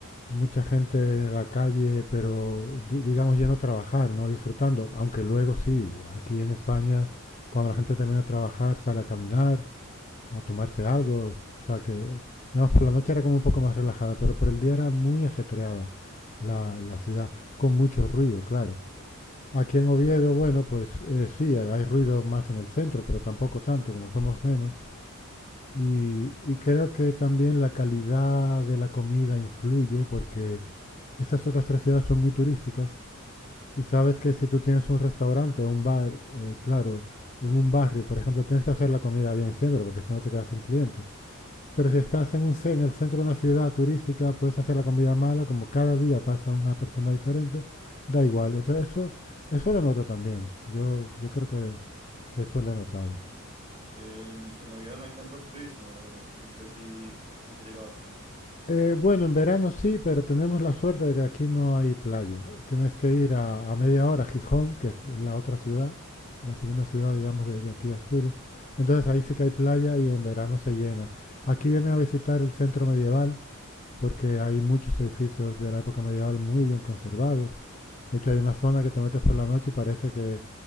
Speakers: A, on the left; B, on the right.
A: mucha gente en la calle, pero di- digamos yendo a trabajar, no disfrutando. Aunque luego sí, aquí en España, cuando la gente termina de trabajar, sale a caminar, a tomarse algo. O sea que, digamos, por la noche era como un poco más relajada, pero por el día era muy ajetreada la, la ciudad, con mucho ruido, claro. Aquí en Oviedo, bueno, pues eh, sí, hay ruido más en el centro, pero tampoco tanto, como somos menos. Y, y creo que también la calidad de la comida influye porque estas otras tres ciudades son muy turísticas y sabes
B: Ajá,
A: que si tú tienes un restaurante o un bar, eh, claro, en un barrio, por ejemplo, tienes que hacer la comida bien siempre porque si no te quedas sin clientes.
B: sí.
A: Pero si estás en, un, en el centro de una ciudad turística, puedes hacer la comida mala, como cada día pasa una persona diferente, da igual. Y entonces eso, eso lo noto también. Yo, yo creo que, que eso lo he notado.
B: En, en Oviedo no hay tanto turismo, o siempre sí, sí se llega bastante.
A: Eh, bueno, en verano sí, pero tenemos la suerte de que aquí no hay playa. Tienes que ir a, a media hora a Gijón, que es la otra ciudad, la segunda ciudad, digamos, de, de aquí de Asturias. Entonces ahí sí que hay playa y en verano se llena. Aquí vienen a visitar el centro medieval porque hay muchos edificios de la época medieval muy bien conservados. De hecho, hay una zona que te metes por la noche y parece que,